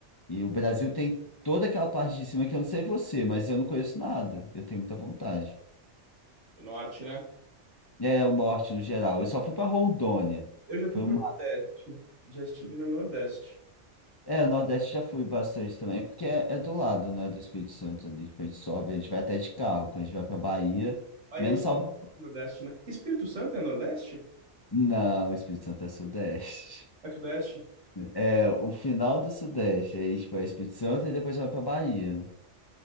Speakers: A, on the left; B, on the right.
A: e o Brasil tem toda aquela parte de cima que eu não sei você, mas eu não conheço nada. Eu tenho muita vontade.
B: Do norte, né?
A: É, o norte no geral. Eu só fui para Rondônia.
B: Eu já fui
A: Foi
B: pro
A: uma...
B: Nordeste. Já estive no Nordeste.
A: É, o Nordeste já fui bastante também, porque é, é do lado, né, do Espírito Santo ali. Tipo, a gente sobe, a gente vai até de carro. Quando a gente vai para Bahia,
B: Aí
A: menos
B: é já-
A: Salvador.
B: Nordeste, né? Espírito Santo é Nordeste?
A: Não, o Espírito Santo é Sudeste. <laughs>
B: É Sudeste?
A: É, o final do Sudeste. Aí, tipo, é Espírito Santo e depois vai para Bahia.